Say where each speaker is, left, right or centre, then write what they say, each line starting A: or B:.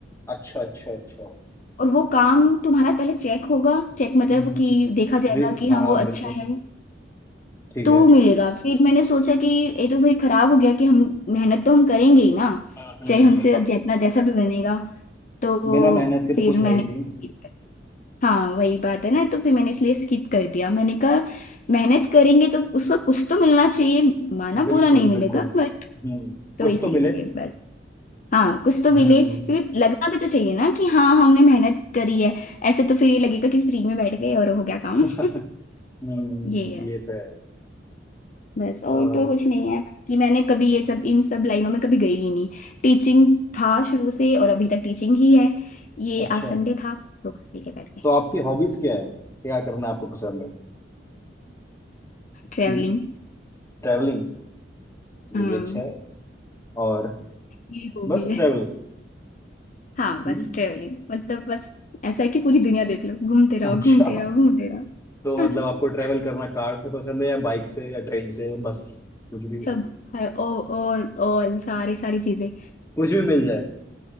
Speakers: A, on the left (about 15°); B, on the left (about 45°).
A: अच्छा अच्छा अच्छा
B: और वो काम तुम्हारा पहले चेक होगा चेक मतलब
A: हम्म हम्म।
B: कि देखा जाएगा
A: जी
B: कि
A: हाँ
B: हाँ
A: हाँ
B: वो
A: बिल्कुल
B: अच्छा है
A: ठीक
B: तो
A: है
B: मिलेगा फिर मैंने सोचा कि ये तो भाई खराब हो गया कि हम मेहनत तो हम करेंगे ही ना
A: हाँ, हम्म,
B: चाहे हमसे
A: बिल्कुल
B: जितना
A: बिल्कुल
B: जैसा भी बनेगा तो
A: बिना मेहनत के तो
B: फिर
A: कुछ
B: मैंने
A: है ही नहीं
B: skip हाँ वही बात है ना तो फिर मैंने इसलिए स्किप कर दिया मैंने कहा मेहनत करेंगे तो उसका कुछ तो मिलना चाहिए माना
A: बिल्कुल
B: पूरा नहीं मिलेगा
A: बिल्कुल
B: बट
A: हम्म
B: तो
A: कुछ
B: इसीलिए
A: तो मिले
B: बस हाँ कुछ तो मिले
A: हम्म
B: क्योंकि लगना भी तो चाहिए ना कि हाँ हमने मेहनत करी है ऐसे तो फिर ये लगेगा कि फ्री में बैठ गए और हो गया काम
A: <laughs>
B: <laughs>
A: हम्म,
B: ये है
A: ये तो है
B: बस
A: और
B: और तो कुछ नहीं है बाकी मैंने कभी ये सब इन सब लाइनों में कभी गई ही नहीं टीचिंग था शुरू से और अभी तक टीचिंग ही है ये
A: अच्छा
B: आज संडे था तो बस लेके बैठ गए
A: तो आपकी हॉबीज क्या है क्या करना आपको पसंद है
B: ट्रेवलिंग
A: हम्म ट्रैवलिंग ये
B: हम्म
A: भी अच्छा है और
B: ये हॉबी
A: बस
B: है
A: ट्रैवल
B: हाँ
A: <laughs>
B: बस
A: हम्म,
B: ट्रेवलिंग मतलब बस ऐसा है कि पूरी दुनिया देख लो घूमते रहो
A: अच्छा
B: घूमते रहो घूमते रहो
A: तो मतलब आपको ट्रेवल
B: <laughs>
A: करना कार से पसंद है या बाइक से या ट्रेन से बस कुछ भी
B: सब हर और ऑल सारे सारी चीजें
A: कुछ भी मिल जाए